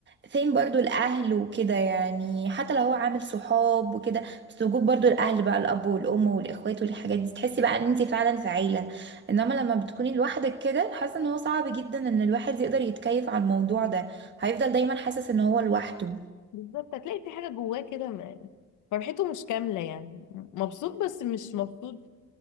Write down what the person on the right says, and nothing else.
فين برضو الأهل وكده يعني حتى لو هو عامل صحاب وكده بس وجود برضو الأهل بقى الأب والأم والإخوات والحاجات دي تحسي بقى إن أنت فعلا في عيلة إنما لما بتكوني لوحدك كده حاسة إن هو صعب جدا إن الواحد يقدر يتكيف على الموضوع ده هيفضل دايما حاسس إن هو لوحده